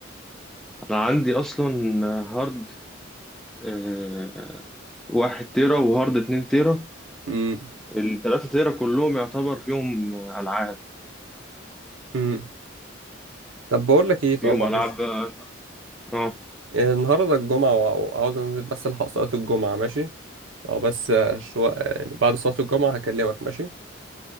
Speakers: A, in the centre; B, on the right.
A: انا عندي اصلا هارد آه، واحد تيرا وهارد اتنين تيرا
B: امم
A: التلاتة تيرا كلهم يعتبر فيهم ألعاب
B: امم طب بقول لك ايه طب
A: فيهم
B: معلش
A: ألعاب بقى. اه
B: النهارده الجمعه وع- وعاوز انزل بس الحق صلاه الجمعه ماشي او بس شويه يعني بعد صلاه الجمعه هكلمك ماشي